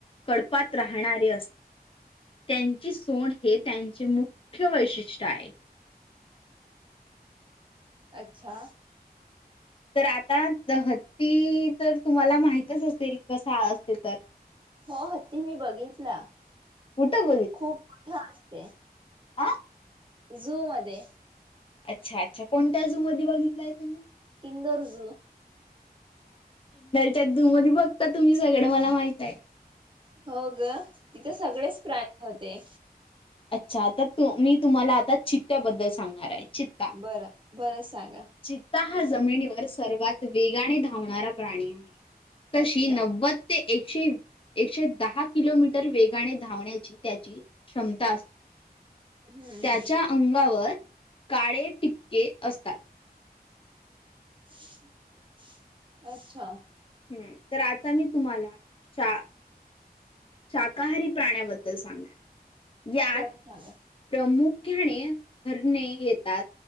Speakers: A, on the left (about 35°); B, on the right (about 30°).
A: कडपात राहणारे असतात त्यां. ची सोड हे त्यांचे मुख्य वैशिष्ट्य आहे..
B: अच्छा.
A: तर आता हत्ती तर तुम्हाला माहितच असेल कस असते तर.
B: हो हत्ती मी बघितला
A: कुठं
B: खूप मोठा असते.
A: आं.
B: झू मध्ये.
A: अच्छा अच्छा कोणत्या जू मध्ये बघितलाय तुम्ही.
B: हंदोर्ज.
A: त्या दधुमध बघता तुम्ही सगळं मला माहित आहे.
B: हो ग तिथं सगळेच प्राणी होते.
A: अच्छा तर तु मी तुम्हाला आता चित्त्याबद्दल सांगणार आहे. चित्ता
B: बरं बरं सांगा.
A: चित्ता हा जमिनीवर सर्वात वेगाने धावणारा प्राणी आहे तशी
B: अच्छा
A: नव्वद ते. एकशे एकशे दहा किलोमीटर वेगाने धावण्याची त्याची क्षम. <inaudible>
B: हम्म हम्म
A: त्याच्या अंगावर काळे टिपके असतात
B: <inaudible> अच्छा
A: हम्म तर आता मी तुम्हाला श <inaudible> शाकाहारी प्राण्याबद्दल <inaudible> सांगणार आहे यात
B: बरं सांगा
A: प्रमुख घ्याने घरणे येतात